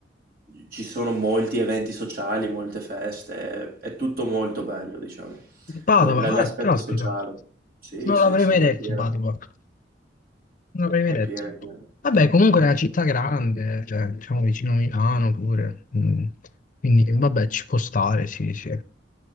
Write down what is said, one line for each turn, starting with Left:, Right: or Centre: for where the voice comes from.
Right: ci sono molti eventi sociali, molte feste, è tutto molto bello, diciamo.
Left: Padova,
Right: Que- l- L'aspetto
Left: eh, caspita,
Right: sociale. Sì,
Left: non
Right: sì,
Left: l'avrei
Right: sì,
Left: mai
Right: è
Left: detto
Right: pieno,
Left: Padova, non l'avrei mai
Right: è
Left: detto.
Right: pieno, è pieno.
Left: Vabbè, comunque è una città grande, cioè, diciamo vicino a Milano pure, mm, quindi vabbè, ci può stare, sì, sì.